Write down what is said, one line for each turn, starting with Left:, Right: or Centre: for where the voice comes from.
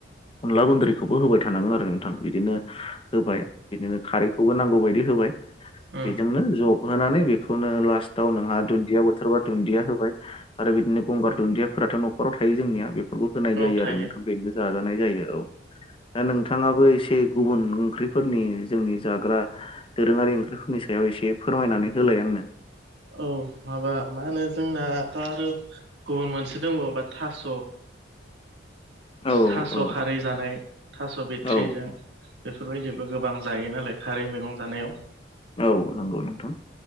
Left: अनला गुन्द्रिखौबो होबाय थानांगोन आरो नोंथां, बिदिनो होबाय बिदिनो खारैखौबो नांगौ बायदि होबाय
Right: उम
Left: बेजोंनो जबहोनानै बेखौनो लास्टाव नोंहा दुन्दिया बोथोरबा दुन्दिया होबाय आरो बे बिदिनो गंगार दुन्दियाफोराथ' न'खराव थायो जोंनिया बेफोरखौ होनाय
Right: औ
Left: जायो
Right: थायो
Left: आरो नोंथां, बेनो जाजानाय जायो औ। दा नोंथाङाबो एसे गुबुन ओंख्रिफोरनि जोंनि जाग्रा दोरोङारि ओंख्रिफोरनि सायाव एसे फोरमायनानै होलाय आंनो।
Right: औ माबा मा होनो जोंना दा आरो गुबुन मोनसे दंबावबा थास'
Left: औ
Right: थास'
Left: औ
Right: खारै जानाय थास' बिथट्रिजों
Left: औ
Right: बेफोरबायदिबो गोबां जायो नालाय खारै मैगं जानायाव।
Left: औ नंगौ नोंथां।